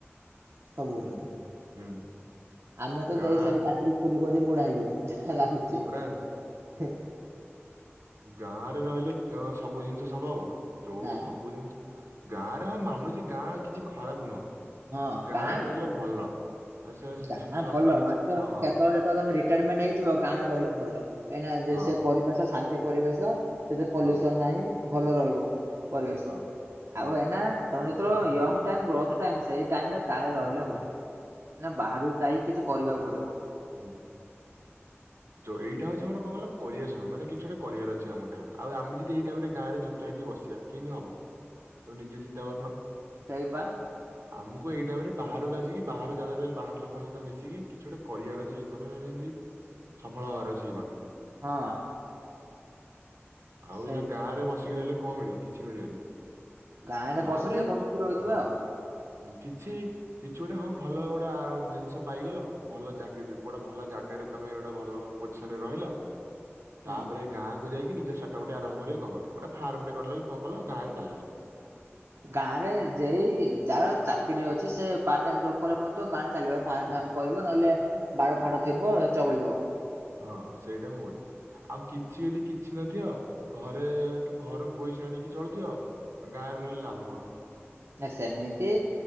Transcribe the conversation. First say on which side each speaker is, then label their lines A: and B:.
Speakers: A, on the right; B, on the right.
A: ସବୁ
B: ହୁଁ ହୁଁ
A: ଆମେ ତ
B: ଗାଁ
A: ଜେଇ ସେଇ ଚାକିରି ଖୋଜୁ <unintelligible> ବୁଢା ହେଇଯିବୁ ଯାହା ଲାଗୁଛି
B: ହଁ ପରା
A: ହେଁ।
B: ଗାଁ ରେ ରହିଲେ କ ସବୁ ଜିନିଷ ସମ୍ଭବ ଯୋଉ
A: ନା
B: ସବୁ
A: ନା
B: ଜିନିଷ ଗାଁ ରେ ହଁ ମାନୁଛି ଗାଁ କିଛି ଖରାପ ନୁହଁ
A: ହଁ
B: ଗାଁରେ
A: ଗାଁ
B: ରହିଲେ ଭଲ। ଆଉ ସେ ସେ
A: ଗାଁ
B: ସୁ- ସଂସ୍କାର
A: ଭଲ ମାତେ
B: ଶିକ୍ଷା ହଁ
A: କେତଳେ ତ ତମେ ରିଟାୟାରମେଣ୍ଟ ନେଇଯିବ ଗାଁରେ ରହିଲେ ଭଲ କାହିଁକି ନା ଯେ
B: ହଁ
A: ସେ ପରିବେଶ ଶାନ୍ତି ପରିବେଶ ସେଥିରେ ପଲ୍ୟୁସନ
B: ହଁ
A: ନାହିଁ ଭଲ ରହିବ। ପରିବେଶ
B: ହଁ। ହଁ
A: ଆଉ ଏନା ତମେ ତ୍ର ୟଙ୍ଗ୍ ଟାଇମ୍ ଗ୍ରୋଥ୍ ଟାଇମ୍ ସେଇ ଟାଇମ୍ ରେ ଗାଁରେ ହବନି ନା ବାହାରୁ ଯାଇ କିଛି କରିବାକୁ ପଡିବ।
B: ହୁଁ। ଯୋଉ ଏଇଟା ହଉଛି ଆମର କଣ କହିଲ କରିବା ସମୟ ମାନେ କିଛି ଗୋଟେ କରିବାର ଅଛି ଆମକୁ ଏ ଟାଇମ୍ ରେ। ଆଉ ଆମେ ଯଦି ଏଇ ଟାଇମ ରେ ଗାଁ ରେ ଚୁପଚାପି ବସିବା କେମିତି ହବ ତମେ ନିଜେ ଚିନ୍ତା କରୁନ?
A: ସେଇପା।
B: ଆମକୁ ଏଇ ଟାଇମ ରେ ବାହାରକୁ ଆସିକି ବାହାର ଜାଗାରେ ବାହାର ଲୋକଙ୍କ ସହିତ ମିଶିକି କିଛି ଗୋଟେ କରିବାର ଅଛି ଜୀବନରେ ମାନେ ଯେମିତି ସଫଳ ହବାର ଅଛି ଜୀବନରେ।
A: ହଁ।
B: ଆଉ
A: ସେଇ
B: ଏଇକିନା ଗାଁ ରେ ବସିକି ରହିଲେ କଣ ମିଳିବ କିଛି ମିଳିବନି।
A: ଗାଁରେ
B: ତାପରେ
A: ବସିଥିଲେ ବସିିକି ରହିଥିବା
B: ହଁ
A: ଆଉ।
B: ଉଁ କିଛି କିଛି ଗୋଟେ ହଁ ଭଲ ଆ ଗୋଟେ ଜିନିଷ ପାଇଗଲ ଭଲ ଜାଗିଜି ପୁଅ ଟା ଭଲ ଜାଗାରେ ତମେ ଗୋଟେ ଭଲ ପୋଜିସନ ରେ ରହିଲ।
A: ହୁଁ
B: ତାପରେ ଗାଁକୁ ଯାଇକିନି ସେଟା <unintelligible> ଆରମ୍ଭ କରିବ କଣ କରିବ ଗୋଟେ ଫାର୍ମ ଟେ କଲ କି କଲ ଗାଁରେ ଥିଲା ସେଟା
A: ଗାଁ ରେ ଜେଇ ଯାହାର ଚାକିରି ଅଛି ସେ ପାର୍ଟ ଟାଇମ ଜବ କଲେ ମଧ୍ୟ ଗାଁରେ ଚାଲିବା ଫାର୍ମ ଫାର୍ମ କରିବ ନହେଲେ ବାଡ଼
B: ହଁ
A: ଫାଡ ଥିବ ଏଚା ମିଳିବ।
B: ହଁ ସେଇଟା ମୁଁ କହୁଛି ଆଉ କିଛି ବେଲେ କିଛି ନଥିବ ଘରେ ଘରଠୁ ଘରୁ ପଇସା ଆଣିକି ଚଳୁଥିବ ଗାଁରେ ରହିଲେ ଲାଭ କଣ?
A: ନା ସେମିତି